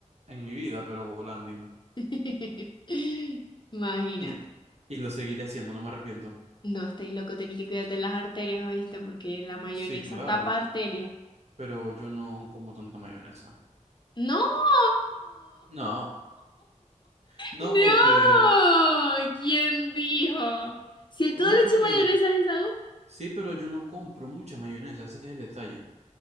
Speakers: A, on the right; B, on the left.
A: en mi vida, pero volandín.
B: <laughs> Imagínate.
A: Y, y lo seguiré haciendo, no me arrepiento.
B: No, estáis loco, tenéis que cuidarte las arterias, ¿oíste? Porque la mayonesa
A: Sí, claro.
B: tapa arterias.
A: pero yo no como tanta mayonesa.
B: ¡No! <laughs>
A: No, no
B: ¡No!
A: porque,
B: ¿Quién dijo? Si a todo
A: no
B: le
A: porque,
B: eché mayonesa a Isaú,
A: sí, pero yo no compro mucha mayonesa, ese es el detalle.